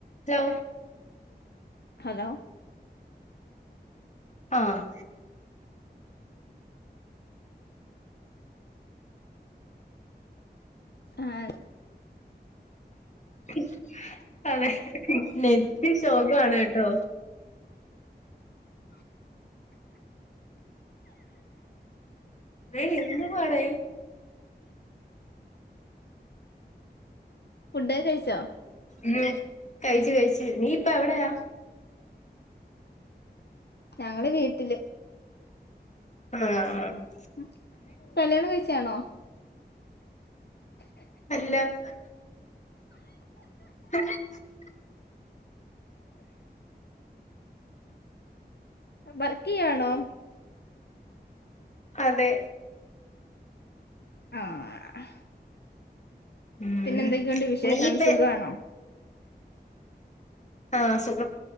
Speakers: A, on the left; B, on the left.
A: ഹലോ
B: ഹലോ
A: ആഹ്
B: ആത്
A: അത് ഉം അള നെത്തിി ശോകന്ന് കേട്ടോ ടെ ഇന്ന് പോരെ
B: ഫുഡൊക്കെ കഴിച്ചോ?
A: ഉ കഴച് കഴച് നീ പ്പ എവിടെയാ
B: ഞങ്ങള വീട്ടില്
A: ആആ
B: ഉം കല്യാണം കഴിച്ചാന്നോ ഉ <inaudible>
A: അല്ലഅഹ് ഉ <unintelligible>
B: വർക്ക് യ്വാണോ
A: അതെ
B: ആ അഹ്
A: ഉം
B: പിന്നെ എന്തൊക്കെയുണ്ട് വിശേഷം
A: നീയിപ്പ
B: സുഖാണോ
A: ആഹ സുഖം